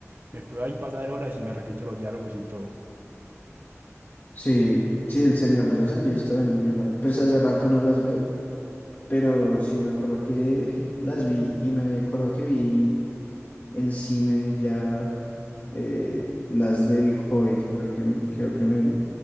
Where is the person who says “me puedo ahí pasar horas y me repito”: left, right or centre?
Right